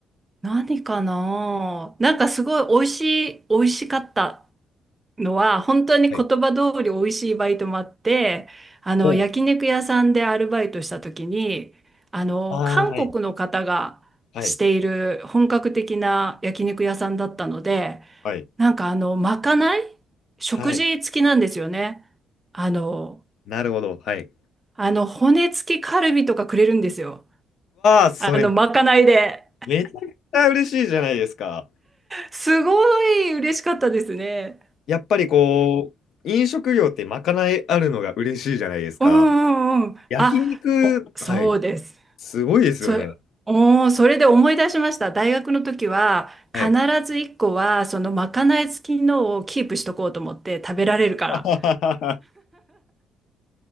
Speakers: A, on the right (about 20°); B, on the left (about 70°).
A: 何かななんかすごい美味しい、美味しかったのは、本当に言葉通り美味しいバイトもあって、
B: はい。
A: あの、
B: ほう。
A: 焼肉屋さんでアルバイトした時に、あの、
B: ああ、
A: 韓国の方がしている本格的な焼肉屋さんだったので、
B: はい。はい。はい。
A: なんかあの、まかない食事付きなんですよね。
B: はい。
A: あの、
B: なるほど。はい。
A: あの、骨付きカルビとかくれるんですよ。
B: わあ、
A: あの、
B: それ
A: まかないで。
B: めちゃくちゃ嬉しいじゃないですか。
A: すごい嬉しかったですね。
B: やっぱりこう、飲食業ってまかないあるのが嬉しいじゃないですか。
A: うんうんうん。
B: 焼肉、
A: あ、お、そうです。
B: はい、すごいですよね。
A: そ、おー、それで思い出しました。大学の時は必ず一個はそのまかない付きのをキープしとこうと思って食べられるから。
B: はい。<laughs>